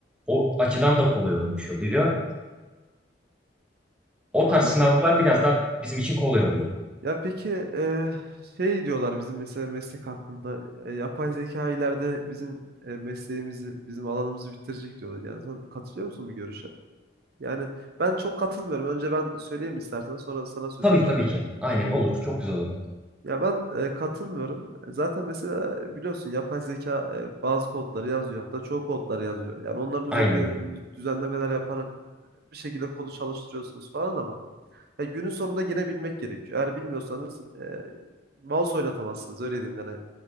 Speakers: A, in the centre; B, on the right.
A: o açıdan da kolay olmuş oluyor. O
B: Anladım.
A: tarz sınavlar biraz daha bizim için kolay oluyor.
B: Ya peki e, şey diyorlar bizim mesela meslek hakkında e, yapay zeka ileride bizim e, mesleğimizi, bizim alanımızı bitirecek diyorlar. Yani sen katılıyor musun bu görüşe? Yani ben çok katılmıyorum. Önce ben söyleyeyim istersen sonra sana sözü
A: Tabii
B: bırakayım.
A: tabii ki. Aynen olur. Çok güzel olur.
B: Ya ben e, katılmıyorum. E, Zaten mesela biliyorsun yapay zeka e, bazı kodları yazıyor hatta çoğu kodları yazıyor. Yani onların üzerine
A: Aynen.
B: düzenlemeler yaparak bir şekilde kodu çalıştırıyorsunuz falan ama ya günün sonunda gene bilmek gerekiyor. Eğer bilmiyorsanız e, mouse oynatamazsınız. Öyle diyeyim yani